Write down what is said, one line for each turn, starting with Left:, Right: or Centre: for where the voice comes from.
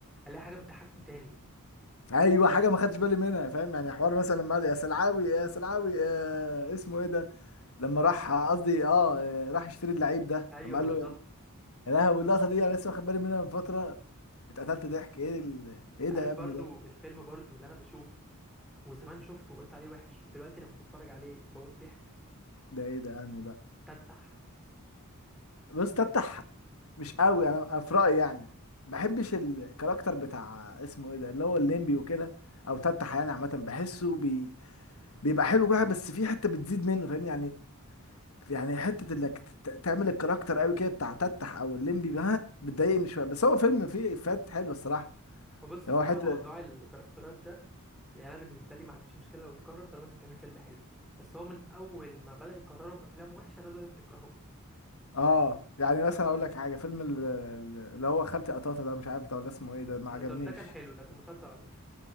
Centre: الاقي حاجه بتضحكني تاني
Left: ايوه حاجه ما خدتش بالي منها فاهم يعني حوار مثلا لما قال يا سلعاوي يا سلعاوي آه اسمه ايه ده لما راح قصدي اه آه، راح يشتري اللعيب ده
Centre: ايوه
Left: اما
Centre: بالظبط
Left: قال له يعني يا لهوي اللقطه دي انا لسه واخد بالي منها من فتره اتقتلت ضحك ايه ال... ايه
Centre: انت
Left: ده
Centre: عارف
Left: يا ابني
Centre: برضو
Left: ده
Centre: الفيلم برضو اللي انا بشوفه وزمان شفته وقلت عليه وحش ودلوقتي لما بتفرج عليه بموت ضحك
Left: ده ايه ده يعني بقى
Centre: تتح
Left: بص تفتح مش قوي انا في رايي يعني ما بحبش الكاركتر بتاع اسمه ايه ده اللي هو الليمبي وكده او تفتح يعني عامه بحسه بي... بيبقى حلو كده بس في حته بتزيد منه فاهمني يعني يعني حته انك ت- تعمل الكاركتر قوي كده بتاع تتح او الليمبي بقى بتضايقني شويه بس هو فيلم فيه افيهات حلوه الصراحه
Centre: فبص
Left: هو
Centre: بصراحه
Left: حته
Centre: موضوع الكاركترات ده يعني انا بالنسبه لي ما عنديش مشكله لو اتكرر طالما انت بتعمل فيلم حلو بس هو من اول ما بدا يكرره بافلام وحشه الناس بدات تكرهه
Left: اه يعني مثلا اقول لك حاجه فيلم ال- ال- اللي هو خالتي قطاطه ده مش عارف ده ولا اسمه ايه ده ما
Centre: ده
Left: عجبنيش
Centre: ده ده كان حلو ده كان مسلسل على فكره